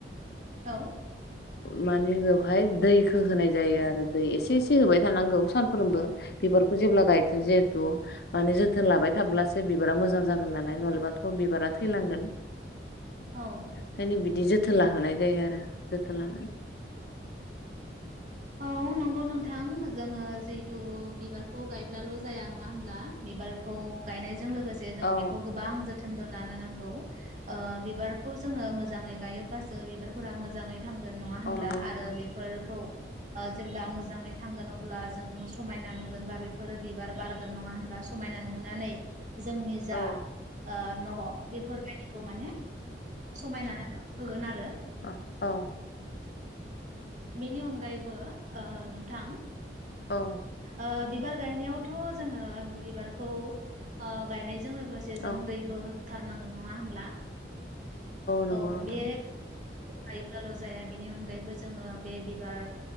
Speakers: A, on the right (about 45°); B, on the left (about 60°).
A: औ।
B: माने बेवहाय दैखौ होनाय जायो आरो दै एसे एसे होबाय थानांगौ सानफ्रोमबो बिबारखौ जेब्ला गायदो जिहेथु माने जोथोन लाबाय थाब्लासो बिबारा मोजां जागोन नालाय नलाबाथ बिबारा थैलांगोन।
A: औ
B: खायनो बिदि जोथ थोला होनाय जायो आरो। जोथोलानानै <inaudible>
A: औ नंगौ नोंथां, जोङो जिहेथु बिबारखौ गायब्लाल जाया नङा होनब्ला बिबारखौ गायनाय जों लोगोसे जों
B: औ
A: बेखौ गोबां जोथ थोनबो लानो नागौ ओ बिबारखौ जोङो मोजांङै गायोबासो बिबारफोरा मोजायै थांगोन नङा होनब्ला
B: औ नंगौ नोंथां
A: आरो बे खौ ओ जेब्ला मोजाङै थांगोन अब्ला जों समायना नुगोन बा बेफोरो बिबार बारगोन नङा होनब्ला? समायना नुहोनानै जोंनि जा
B: औ
A: ओ। न' बेफोरबायदिखौ माने समायनानै होगोन आरो। <inaudible>
B: औ
A: बेनि अनगायैबो ओ नोंथां।
B: औ
A: ओ बिबार गायनायावथ' जोङो बिबारखौ ओ गायनाय जों लोगोसे जों
B: औ
A: दैबो बुथारनांगोन नङा होनब्ला?
B: नंगौ
A: औ
B: नोंथां
A: बे गायोब्लाल' जाया बेनि अनगायैबो जोङो बे बिबार